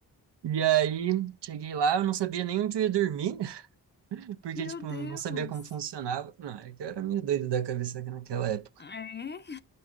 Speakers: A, on the right; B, on the left.
A: E aí, cheguei lá, eu não sabia nem onde eu ia dormir, <laughs> porque,
B: Meu
A: tipo,
B: Deus.
A: não sabia como funcionava. Não, é que eu era meio doido da cabeça naquela época.
B: É?